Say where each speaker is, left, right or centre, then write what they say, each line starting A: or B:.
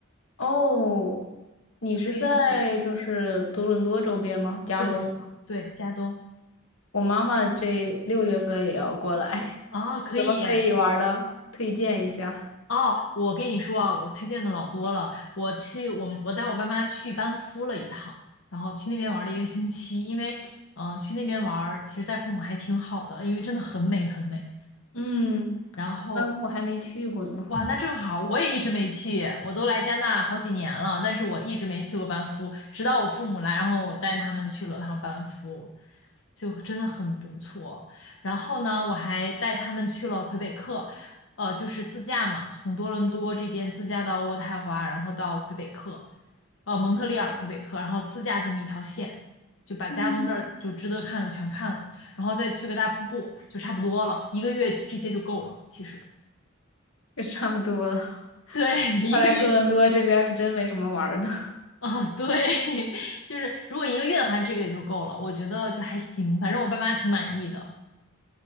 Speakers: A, on the left; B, on the left.
A: 哦，你是在就是多伦多周边吗？
B: 所以
A: 加东吗
B: 对对，加东
A: 我妈妈这六月份也要过来，
B: 啊，
A: <laughs>
B: 可以
A: 有什么可以玩儿的？推荐一下。
B: 哦。我跟你说啊，我推荐的老多了。我去，我们我带我爸妈去班夫了一趟，然后去那边玩了一个星期。因为嗯、呃去那边玩儿其实带父母还挺好的，因为真的很美很美。
A: 嗯，
B: 然后
A: 嗯，我还没去过呢。
B: 哇，那正好，我也一直没去，我都来加拿大好几年了，但是我一直没去过班夫，直到我父母来，然后我带他们去了趟班夫，就真的很不错。然后呢，我还带他们去了魁北克，呃，就是自驾嘛，从多伦多这边自驾到渥太华，然后到魁北克，呃，蒙特利尔、魁北克，然后自驾这么一条线，就把加东这儿就值得看的全看了，
A: 嗯，
B: 然后再去个大瀑布，就差不多了，一个月这些就够了，其实。
A: <laughs> 也差不多了。
B: 对，<laughs> 一个月
A: 看来多伦多这边儿是真没什么玩儿的。<laughs>
B: <laughs> 哦，对，<laughs> 就是如果一个月的话，这个就够了，我觉得就还行，反正我爸妈挺满意的。